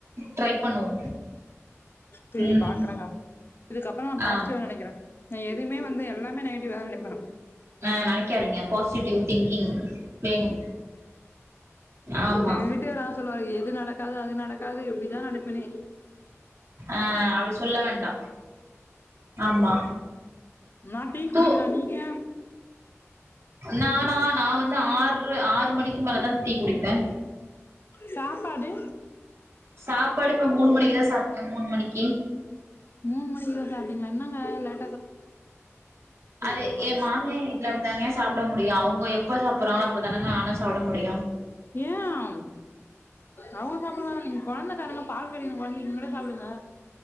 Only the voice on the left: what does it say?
செரி
பாக்குறேங்க இதுக்கப்புறோ நா பாசிட்டிவா
நினைக்கிறே நா எதுவுமே வந்து எல்லாமே நெகட்டிவா தா நெனைப்பே
எங்க வீட்டுக்காரு சொல்லுவாரு எது நடக்காது அது நடக்காது எப்படிதா நெனைப்பனே
நா டீ
குடிக்கிறே நீங்க
சாப்பாடு
மூணுமணிக்குதா சாப்டிங்களா என்னங்க லேட்
வேணாமா
ஏன் அவுங்க சாப்பிட நீங்க குழந்தைக்காரங்க பால் கெடைக்கனும் குழந்தைக்குனுட்டு சாப்பிடுங்க